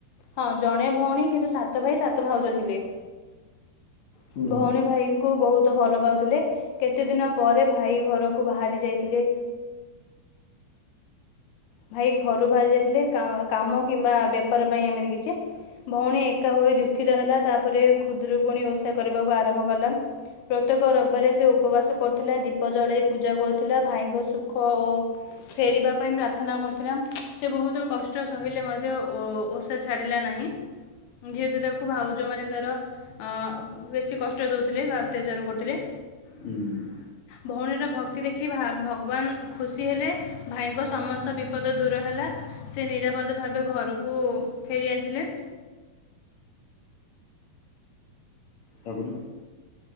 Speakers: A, on the left; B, on the left.
A: ହଁ ଜଣେ ଭୋଉଣୀ କିନ୍ତୁ ସାତ ଭାଇ ସାତ ଭାଉଜ ଥିଲେ।
B: ହୁଁ
A: ଭୋଉଣୀ ଭାଇଙ୍କୁ ବୋହୁତ ଭଲ ପାଉଥିଲେ। କେତେ ଦିନ ପରେ ଭାଇ ଘରକୁ ବାହାରି ଯାଇଥିଲେ। ଭାଇ ଘରୁ ବାହାରି ଯାଇଥିଲେ କାମ କିମ୍ବା ବେପାର ପାଇଁ ଏମିତି କିଛି ଭଉଣୀ ଏକା ହୋଇ ଦୁଃଖିତ ହେଲା ତାପରେ ଖୁଦରୁକୁୁଣି ଓଷା କରିବାକୁ ଆରମ୍ଭ କଲା। ପ୍ରତ୍ୟେକ ରବିବାରେ ସେ ଉପବାସ କରୁଥିଲା ଦୀପ ଜଳେଇ ପୂଜା କରୁଥିଲା ଭାଇଙ୍କ ସୁଖ ଓ ଫେରିବା ପାଇଁ ପ୍ରାର୍ଥ ନା କରୁଥିଲା ସେ ବହୁତ କଷ୍ଟ ସହିଲେ ମଧ୍ୟ ଓଷା ଛାଡ଼ିଲା ନାହିଁ? ଯେହେତୁ ତାକୁ ଭାଉଜ ମାନେ ତାର ହଁ ବେଶୀ କଷ୍ଟ ଦେଉଥିଲେ ବା ଅତ୍ୟାଚାର କରୁଥିଲେ।
B: ହୁଁ ହ।
A: ଭଉଣୀର ଭକ୍ତି ଦେଖି ଭା ଭଗବାନ ଖୁସି ହେଲେ ଭାଇଙ୍କ ସମସ୍ତ ତ ବିପଦ ଦୂର ହେଲା ସେ ନିରାପଦ ଭାବେ ଘରକୁ ଫେରିଆସିଲେ।
B: ତାପରେ?